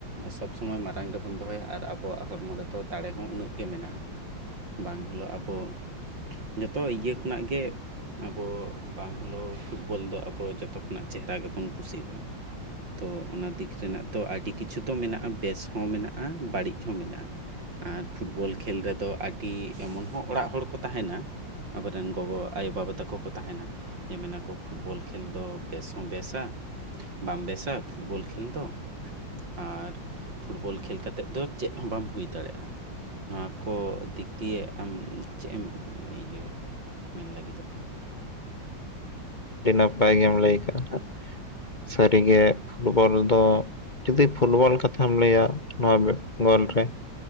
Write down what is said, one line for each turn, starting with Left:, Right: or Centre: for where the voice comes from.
Right: ᱥᱚᱵ ᱥᱚᱢᱚᱭ ᱢᱟᱨᱟᱝ ᱨᱮᱵᱚᱱ ᱫᱚᱦᱚᱭᱟ ᱟᱨ ᱟᱵᱚᱣᱟᱜ ᱦᱚᱲᱢᱚ ᱨᱮᱫᱚ ᱫᱟᱲᱮ ᱦᱚᱸ ᱩᱱᱟᱹᱜ ᱜᱮ ᱢᱮᱱᱟᱜᱼᱟ ᱵᱟᱝ ᱦᱤᱞᱳᱜ ᱟᱵᱚ ᱡᱚᱛᱚ ᱤᱭᱟᱹ ᱠᱷᱚᱱᱟᱜ ᱜᱮ ᱟᱵᱚ ᱵᱟᱝ ᱦᱚᱞᱳ ᱯᱷᱩᱴᱵᱚᱞ ᱫᱚ ᱟᱵᱚ ᱡᱚᱛᱚ ᱠᱷᱚᱱᱟᱜ ᱪᱮᱦᱨᱟ ᱜᱮᱵᱚᱱ ᱠᱩᱥᱤᱭᱟᱜᱼᱟ᱾ ᱛᱚ ᱚᱱᱟ ᱫᱤᱠ ᱨᱮᱱᱟᱜ ᱛᱚ ᱟᱹᱰᱤ ᱠᱤᱪᱷᱩ ᱛᱚ ᱢᱮᱱᱟᱜᱼᱟ ᱵᱮᱥ ᱦᱚᱸ ᱢᱮᱱᱟᱜᱼᱟ ᱵᱟᱲᱤᱡ ᱦᱚᱸ ᱢᱮᱱᱟᱜᱼᱟ᱾ ᱟᱨ ᱯᱷᱩᱴᱵᱚᱞ ᱠᱷᱮᱞ ᱨᱮᱫᱚ ᱟᱰᱤ ᱮᱢᱚᱱ ᱦᱚᱸ ᱚᱲᱟᱜ ᱦᱚᱲ ᱠᱚ ᱛᱟᱦᱮᱸᱱᱟ ᱟᱵᱚᱨᱮᱱ ᱜᱚᱜᱚ ᱟᱭᱳᱼᱵᱟᱵᱟ ᱛᱟᱠᱚ ᱠᱚ ᱛᱟᱦᱮᱱᱟ᱾ ᱡᱮ ᱢᱮᱱᱟᱠᱚ ᱯᱷᱩᱴᱵᱚᱞ ᱠᱷᱮᱞ ᱫᱚ ᱵᱮᱥ ᱦᱚᱸ ᱵᱮᱥᱟ ᱵᱟᱢ ᱵᱮᱥᱟ ᱯᱷᱩᱴᱵᱚᱞ ᱠᱷᱮᱹᱞ ᱫᱚ ᱟᱨ ᱯᱷᱩᱴᱵᱚᱞ ᱠᱷᱮᱞ ᱠᱟᱛᱮᱫ ᱫᱚ ᱪᱮᱫ ᱦᱚᱸ ᱵᱟᱢ ᱦᱩᱭ ᱫᱟᱲᱮᱭᱟᱜᱼᱟ᱾ ᱱᱚᱣᱟ ᱠᱚ ᱫᱤᱠ ᱫᱤᱭᱮ ᱟᱢ ᱪᱮᱫ ᱮᱢ ᱤᱭᱟᱹ ᱢᱮᱱ ᱞᱟᱹᱜᱤᱫᱚᱜ ᱠᱟᱱᱟ᱾
Left: ᱟᱹᱰᱤ ᱱᱟᱯᱟᱭ ᱜᱮᱢ ᱞᱟᱹᱭ ᱠᱟᱜᱼᱟ ᱥᱟᱨᱤᱜᱮ ᱯᱷᱩ ᱵᱚᱞ ᱫᱚ ᱡᱩᱫᱤ ᱯᱷᱩᱞᱵᱚᱞ ᱠᱟᱛᱷᱟᱢ ᱞᱟᱹᱭᱟ ᱱᱚᱣᱟ ᱜᱚᱞ ᱨᱮ